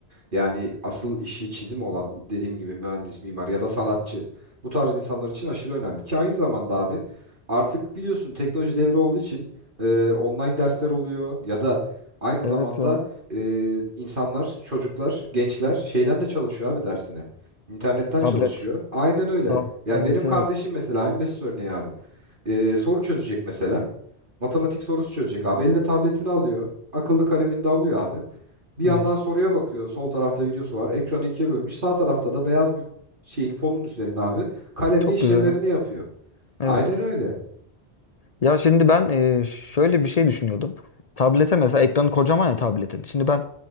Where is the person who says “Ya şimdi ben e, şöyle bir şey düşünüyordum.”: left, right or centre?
Left